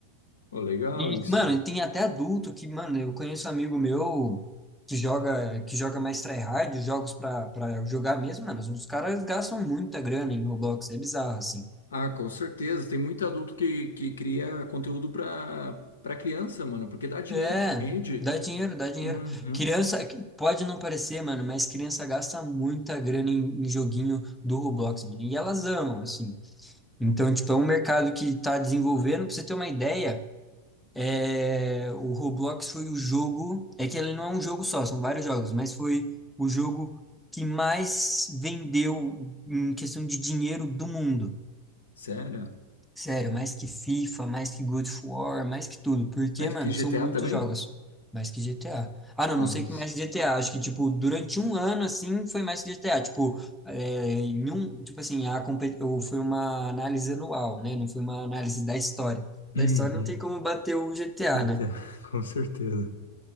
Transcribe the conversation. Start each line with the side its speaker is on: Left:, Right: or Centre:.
Left: Ó legal
Centre: E,
Left: isso.
Centre: mano, tem até adulto que, mano, eu conheço um amigo meu que joga, que joga mais tryhard, jogos para para jogar mesmo, mano, os caras gastam muita grana em Roblox, é bizarro, assim.
Left: Ah, com certeza. Tem muito adulto que, que cria conteúdo para para criança, mano, porque dá dinheiro,
Centre: É,
Left: rende.
Centre: dá dinheiro, dá dinheiro.
Left: Uhum.
Centre: Criança, que- pode não parecer, mano, mas criança gasta muita grana em, em joguinho do Roblox, mano. E elas amam, assim. Então, tipo, é um mercado que tá desenvolvendo. Pra você ter uma ideia, é, o Roblox foi o jogo. É que ele não é um jogo só, são vários jogos, mas foi o jogo que mais vendeu em questão de dinheiro do mundo.
Left: Sério?
Centre: Sério, mais que FIFA, mais que God of War, mais que tudo. Porque,
Left: Mas
Centre: mano,
Left: que GTA
Centre: são muitos
Left: também?
Centre: jogos. Mais que GTA. Ah, não,
Left: Nossa.
Centre: não sei que mais que GTA. Acho que, tipo, durante um ano, assim, foi mais que GTA. Tipo, é, em um, tipo assim, a, compe- ou foi uma análise anual, né? Não foi uma análise da história.
Left: Uhum.
Centre: Da história não tem como bater o GTA,
Left: Até,
Centre: né?
Left: <laughs> com certeza.